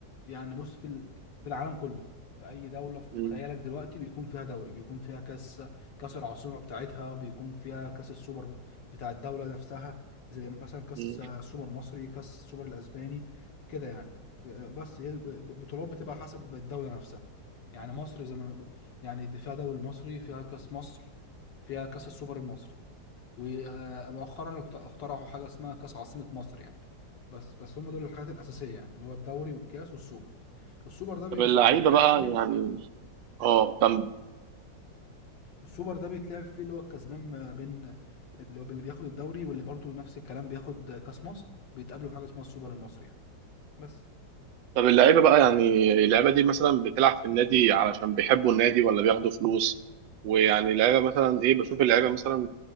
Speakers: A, on the left; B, on the right.
A: يعني بص في ال- في العالم كله في أي دولة في
B: مم.
A: خيالك دلوقتي بيكون فيها دوري بيكون فيها كأس كأس العاصمة بتاعتها بيكون فيها كأس السوبر بتاع الدولة نفسها زي مثلا كأس
B: مم.
A: سوبر مصري كأس السوبر الأسباني كده يعني بس هي ب- ب- بطولات بتبقى حسب الدولة نفسها يعني مصر زي ما يعني فيها دوري مصري فيها كأس مصر فيها كأس السوبر المصري ومؤخرا اخترعوا حاجه اسمها كاس عاصمه مصر يعني بس بس هم دول الحاجات الاساسيه يعني اللي هو الدوري والكاس والسوبر السوبر ده بيت-
B: طب اللعيبة
A: بيتلعب
B: بقى
A: فيه
B: يعني اه طب
A: السوبر ده بيتلعب فيه اللي هو الكسبان ما بين اللي هو اللي بياخد الدوري واللي برضه نفس الكلام بياخد كاس مصر بيتقابلوا في حاجه اسمها السوبر المصري يعني بس
B: طب اللعيبة بقى يعني اللعيبة دي مثلا بتلعب في النادي علشان بيحبوا النادي ولا بياخدوا فلوس؟ ويعني اللعيبة مثلا ايه بشوف اللعيبة مثلا